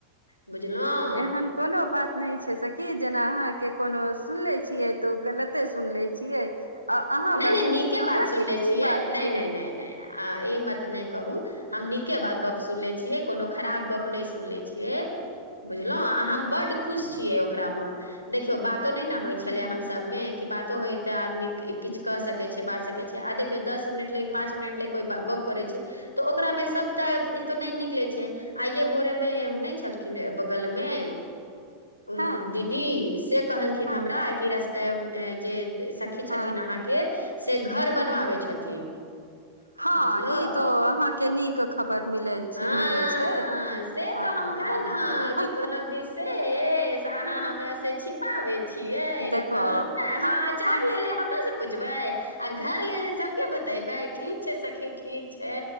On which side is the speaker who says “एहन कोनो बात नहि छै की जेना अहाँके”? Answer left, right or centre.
Right